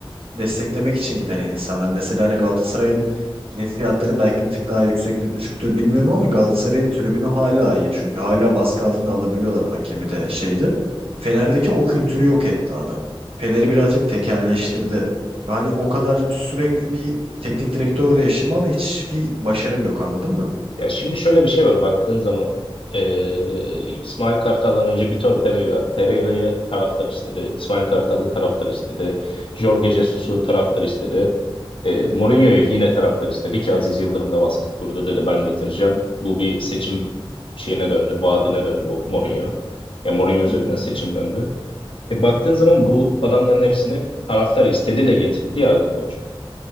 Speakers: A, on the right; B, on the left.
A: desteklemek için giden insanlar. Mesela hani Galatasaray'ın bilet fiyatları belki bir tık daha yüksektir, düşüktür bilmiyorum ama Galatasaray'ın tribünü hala iyi. Çünkü hala baskı altına alabiliyorlar hakemi de şeydi. Fener'deki o kültürü yok etti adam. Fener'i birazcık tekelleştirdi. Ve hani o kadar sürekli bir teknik direktör değişimi ama hiçbir başarım yok anladın mı?
B: Ya şimdi şöyle bir şey var baktığın zaman eee, İsmail Kartal'dan önce Vitor Pereira, Pereira'yı taraftar istedi. İsmail Kartal'ı taraftar istedi. Jorge Jesus'u taraftar istedi. Eee Mourinho'yu yine taraftar istedi ki Aziz Yıldırım da baskı kurdu dedi ben getireceğim. Bu bir seçim şeyine döndü, vaadine döndü bu Mourinho. Ya Mourinho üzerinden
A: Hı hı.
B: seçim döndü. E, baktığın zaman bu adamların hepsini taraftar istedi de getirdi ya Ali Koç.